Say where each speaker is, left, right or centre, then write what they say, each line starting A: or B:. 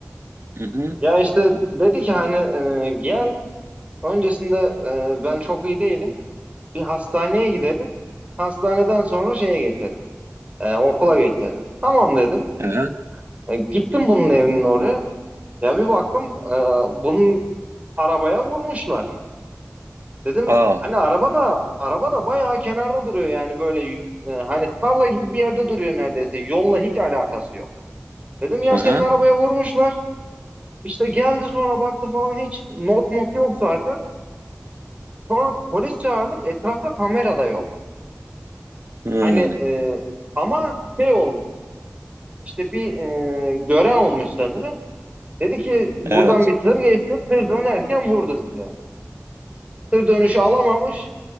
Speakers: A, on the right; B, on the right.
A: Hı hı.
B: Ya işte dedi ki hani e, gel öncesinde e, ben çok iyi değilim. Bir hastaneye gidelim. Hastaneden sonra şeye geçelim. E, okula geçelim. Tamam dedim.
A: Hı hı.
B: E, gittim bunun evinin oraya. Ya bir baktım e, bunun arabaya vurmuşlar. Dedim
A: Aa.
B: hani araba da araba da bayağı kenarda duruyor yani böyle e, hani tarla gibi bir yerde duruyor neredeyse. Yolla hiç alakası yok. Dedim ya
A: Hı
B: senin
A: hı.
B: arabaya vurmuşlar. İşte geldi sonra baktı falan hiç not mot yok zaten. Sonra polis çağırdık etrafta kamera da yok.
A: Hı.
B: Hani e, ama şey olmuş işte bir e, gören olmuş sanırım. Dedi ki buradan
A: Evet.
B: bir tır geçti tır dönerken vurdu sizi. Tır dönüşü alamamış.